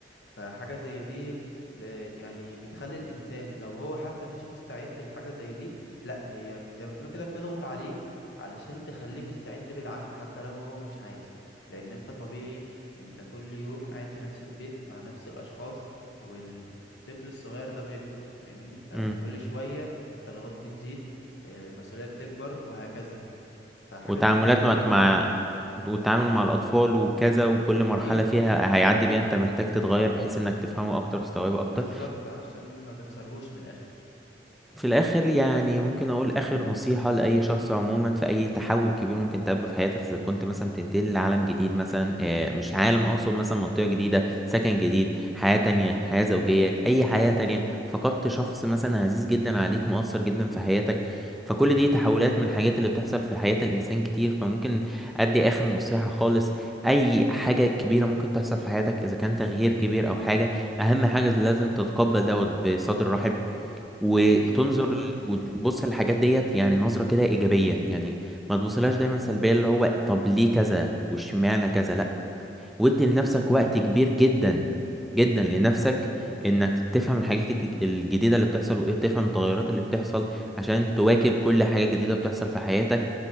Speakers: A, on the left; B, in the centre.
A: فحاجة زي دي ل- يعني بتخلي الإنسان لو هو حتى مش مستعد لحاجة زي دي لا هي زي ما تقول كده بتضغط عليه علشان تخليه مستعد بالعافية حتى لو هو مش عايز لأن أنت طبيعي أنت كل يوم قاعد في نفس البيت مع نفس الأشخاص والطفل الصغير ده بيكبر فاهمني فكل
B: مم،
A: شوية الطلبات بتزيد آه، المسؤولية بتكبر وهكذا فحاجة
B: وتعاملات
A: زي دي أكيد
B: معك مع والتعامل مع الأطفال وكذا وكل مرحلة
A: أكيد
B: فيها هيعدي بيها أنت محتاج تتغير بحيث إنك تفهمه أكتر وتستوعبه
A: بالظبط
B: أكتر
A: عشان ما تخسرهوش من الآخر
B: في الآخر يعني ممكن أقول آخر نصيحة لأي شخص عموما في أي تحول كبير ممكن تقابله في حياتك إذا كنت مثلا بتنتقل لعالم جديد مثلا آه، مش عالم أقصد مثلا منطقة جديدة سكن جديد حياة تانية حياة زوجية أي حياة تانية فقدت شخص مثلا عزيز جدا عليك مؤثر جدا في حياتك فكل دي تحولات من الحاجات اللي بتحصل في حياة الإنسان كتير فممكن أدي آخر نصيحة خالص أي حاجة كبيرة ممكن تحصل في حياتك إذا كان تغيير كبير أو حاجة أهم حاجة لازم تتقبل دوت بصدر رحب وتنظر
A: أكيد
B: ل- وتبص للحاجات ديت يعني نظرة كده إيجابية يعني ما تبصلهاش دايما سلبية اللي هو طب ليه كذا واشمعنى كذا لأ وادي لنفسك وقت كبير جدا جدا لنفسك انك تفهم الحاجات الجديد- الجديدة اللي بتحصل وايه تفهم التغيرات اللي بتحصل عشان تواكب كل حاجة جديدة بتحصل في حياتك